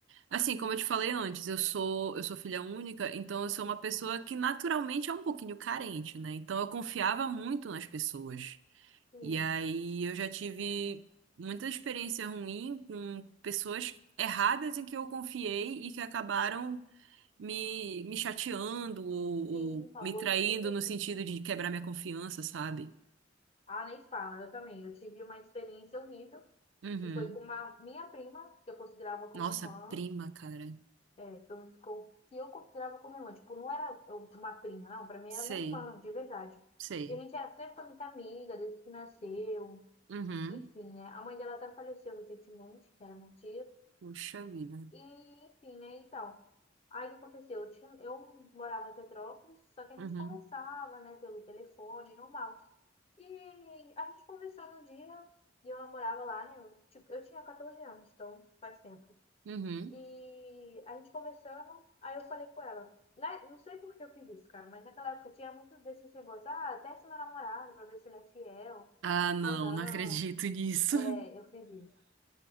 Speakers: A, on the right; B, on the left.
A: assim, como eu te falei antes, eu sou, eu sou filha única, então eu sou uma pessoa que naturalmente é um pouquinho carente, né? Então eu confiava muito nas pessoas.
B: Sim,
A: E aí eu já tive muita experiência ruim com pessoas erradas em que eu confiei e que acabaram me, me chateando ou,
B: sim,
A: ou
B: por favor,
A: me traindo
B: com isso aqui.
A: no sentido de quebrar minha confiança, sabe?
B: Ah, nem fala, eu também. Eu tive uma experiência horrível
A: Uhum.
B: e foi com uma minha prima, que eu considerava como
A: Nossa,
B: irmã,
A: prima, cara.
B: é, que eu, que eu considerava como irmã. Tipo, não era eu- uma prima, não. Pra mim
A: Sei,
B: era minha irmã, de verdade.
A: sei.
B: E a gente era sempre foi muito amiga desde que nasceu.
A: Uhum.
B: Enfim, né? A mãe dela até faleceu recentemente, que era minha tia.
A: Puxa vida.
B: E, enfim, né? Então, aí o que aconteceu? Eu, tinha, eu morava em Petrópolis, só que a
A: Uhum.
B: gente conversava, né, pelo telefone, normal. E a gente conversou um dia, e eu namorava lá, né? Eu, tipo, eu tinha 14 anos, então faz tempo.
A: Uhum.
B: E a gente conversando, aí eu falei com ela. Né? Não sei por que eu fiz isso, cara, mas naquela época tinha muito desses negócios. Ah, testa meu namorado pra ver se ele é fiel
A: Ah, não,
B: ou não.
A: não acredito nisso.
B: É,
A: <laughs>
B: eu fiz isso.